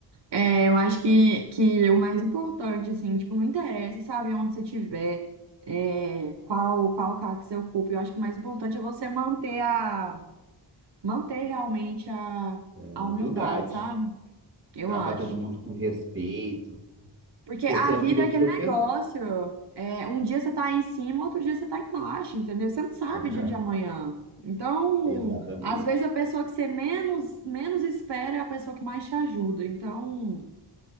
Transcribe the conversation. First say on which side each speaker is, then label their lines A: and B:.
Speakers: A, on the right (about 65°); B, on the right (about 30°).
A: É, eu acho que, que é o mais importante, assim, tipo, não interessa, sabe, onde você estiver, é, qual, qual cargo que você ocupa. Eu acho que o mais importante é você manter a, manter realmente a,
B: É,
A: a
B: humildade.
A: humildade, sabe? Eu
B: Tratar
A: acho.
B: todo mundo com respeito.
A: Porque
B: Pô,
A: a
B: você
A: vida
B: é filha
A: é
B: de
A: aquele
B: professor.
A: negócio. É, um dia você tá em cima, outro dia você tá embaixo, entendeu? Você não sabe
B: <laughs>
A: o dia de amanhã. Então,
B: Exatamente.
A: às vezes a pessoa que você menos, menos espera é a pessoa que mais te ajuda. Então.